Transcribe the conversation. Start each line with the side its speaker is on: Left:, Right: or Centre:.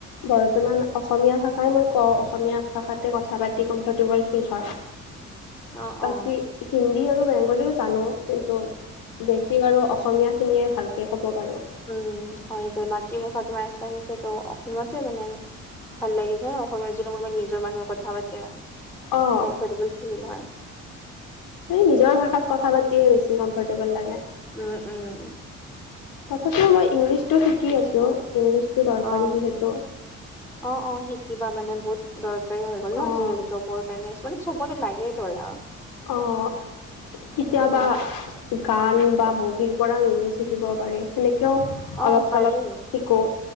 Left: বৰ্তমান অসমীয়া ভাষাই মই কওঁ, অসমীয়া ভাষাতে কথা পাতি কমফৰ্টেবল ফিল হয়।
Centre: অ
Left: বাকী
Centre: অ
Left: হিন্দী আৰু বেংগলীও জানো। কিন্তু বেছি বাৰু অসমীয়াখিনিয়ে ভালকে ক'ব পাৰোঁ।
Centre: উম, হয়, মাতৃভাষা তোমাৰ এছামিছে ত' অসমীয়াতে মানে আৰু ভাল লাগিছে ন অসমীয়াত যদি কোনোবা নিজৰ মানুহে কথা পাতে
Left: অঁ
Centre: কমফৰ্টেবল ফিল হয়।
Left: এ নিজৰ ভাষাত কথা পাতিয়ে বেছি কমফৰ্টেবল লাগে।
Centre: উম, উম,
Left: তথাপিও মই ইংলিছতটো শিকি আছোঁ, ইংলিছতটো দৰকাৰী
Centre: অ
Left: যিহেতু।
Centre: অ, ' অ' শিকিবা মানে বহুত দৰকাৰী হৈ গ'ল ন'
Left: অঁ
Centre: আজিকালি জবৰ কাৰণে। মানে চবতে লাগে। ধৰা-
Left: অঁ, কেতিয়াবা-
Centre: উম
Left: গান বা মুভিৰ পৰাও ইংলিজ শিকিব পাৰি। সেনেকেও-
Centre: অ
Left: অলপ
Centre: পাৰি
Left: চলপ শিকো,